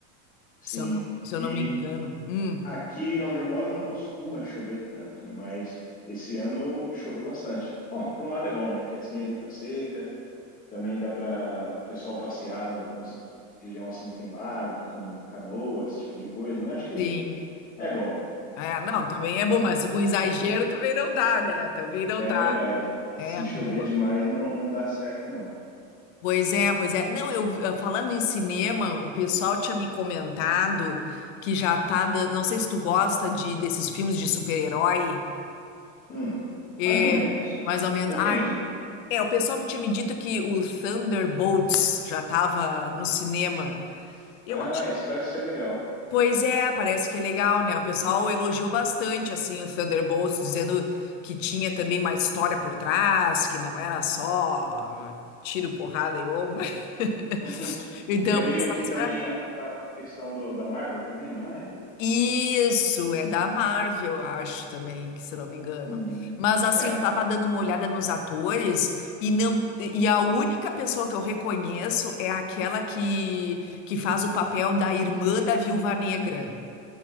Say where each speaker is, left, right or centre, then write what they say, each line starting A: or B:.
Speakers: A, on the left; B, on the left.
A: Sim.
B: Se eu não, se eu
A: e
B: não me engano. Hum,
A: Aqui onde eu moro não costuma chover tanto, né? Mas esse ano choveu bastante. Bom, por um lado é bom, né? Que assim evita seca, também dá para o pessoal passear no, nos região assim que tem lago, com canoa, esse tipo de coisa, né? Acho que
B: sim.
A: é bom.
B: É, não, também é bom, mas com exagero também não dá, né? Também não
A: É
B: dá.
A: verdade. Se
B: É,
A: chover
B: boa.
A: demais não, não dá certo, não.
B: Pois é, pois é. Não, eu eh, falando em cinema, o pessoal tinha me comentado que já tá dando. Não sei se tu gosta de desses filmes de super-herói.
A: Hum,
B: É,
A: mais ou menos.
B: mais ou menos.
A: Depende.
B: Ah, é, o pessoal tinha me dito que o Thunderbolts já tava no cinema. Eu
A: Ah,
B: acho
A: esse parece ser legal.
B: Pois é, parece que é legal, né? O pessoal elogiou bastante assim o Thunderbolts, dizendo que tinha também uma história por trás, que não era só tiro, porrada e bomba. <laughs>
A: <laughs>
B: Então,
A: E é
B: o
A: meio
B: pessoal
A: que
B: esperava.
A: também aquela questão do, da Marvel também, não é?
B: Isso, é da Marvel, eu acho também, que se não me engano.
A: Hum,
B: Mas assim,
A: é, uma
B: eu tava dando uma olhada nos atores e não e a única pessoa que eu reconheço é aquela que que faz o papel da irmã da Viúva Negra.